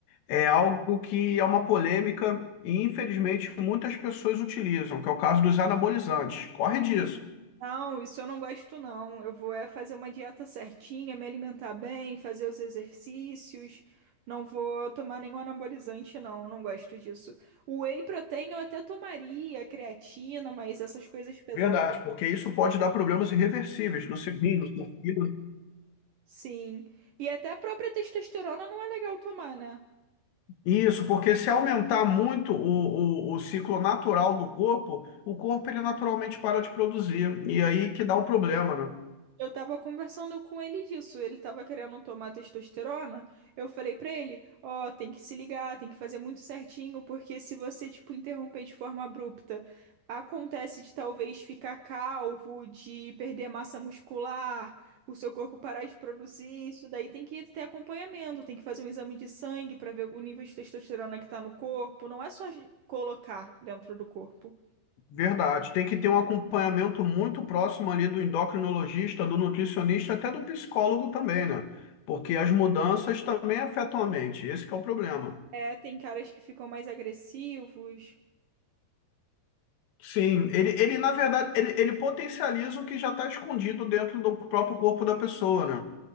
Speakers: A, on the left (about 80°); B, on the right (about 70°).
A: é algo que é uma polêmica e, infelizmente, muitas pessoas utilizam, que é o caso dos anabolizantes. Corre disso.
B: Não, isso eu não gosto, não. Eu vou é fazer uma dieta certinha, me alimentar bem, fazer os exercícios. Não vou tomar nenhum anabolizante, não. Não gosto disso. O whey protein eu até tomaria, creatina, mas essas coisas pesadas
A: Verdade, porque isso pode dar problemas irreversíveis no segundo, no fígado.
B: Sim. E até a própria testosterona não é legal tomar, né?
A: Isso, porque se aumentar muito o, o, o ciclo natural do corpo, o corpo ele naturalmente para de produzir. E aí que dá o problema, né?
B: Eu tava conversando com ele disso. Ele tava querendo tomar testosterona. Eu falei pra ele, ó, tem que se ligar, tem que fazer muito certinho, porque se você, tipo, interromper de forma abrupta, acontece de talvez ficar calvo, de perder massa muscular, o seu corpo parar de produzir. Isso daí tem que ter acompanhamento, tem que fazer um exame de sangue pra ver o nível de testosterona que tá no corpo. Não é só colocar dentro do corpo.
A: Verdade. Tem que ter um acompanhamento muito próximo ali do endocrinologista, do nutricionista, até do psicólogo também, né? Porque as mudanças também afetam a mente. Esse que é o problema.
B: É, tem caras que ficam mais agressivos,
A: Sim, ele, ele na verdade, ele, ele potencializa o que já está escondido dentro do próprio corpo da pessoa, né?